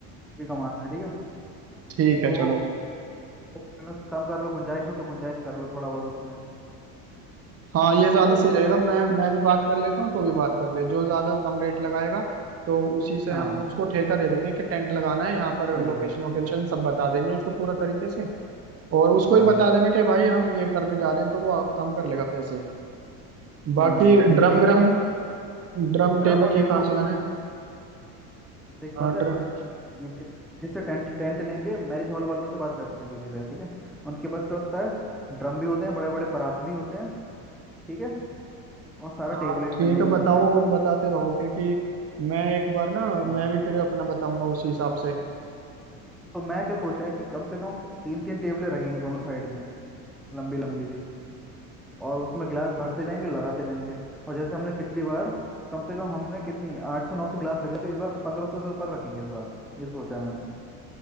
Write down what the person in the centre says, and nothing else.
भी कमाना है ठीक है
तो
और अगर कम कर लो गुंजाइश हो तो गुंजाइश कर लो थोड़ा बहुत उसमें
ठीक है
हाँ
सही
है
हाँ
हाँ ये भी सही
है टेबल
के तो,
ड्रम
और टेबलों
को
देख
पाता
है ये जिस जिससे टेंट टेंट लेंगे मैरिज हॉल वालों से बात करते हैं किसी से ठीक है उनके पास क्या होता है ड्रम भी होते हैं बड़े बड़े परात भी होते हैं ठीक है और सारा
टेबलें
भी मिल जाएंगी
उन पे
हाँ
तो मैं क्या सोचा है कि कम से कम तीन तीन टेबलें रखेंगे दोनों साइड में लंबी लंबी सी और उसमें गिलास भरते जाएंगे लगाते जाएंगे और जैसे हमने पिछली बार कम से कम हमने कितनी आठ सौ नौ सौ गिलास रखे तो इस बार पंद्रह सौ से ऊपर रखेंगे इस बार ये सोचा मैंने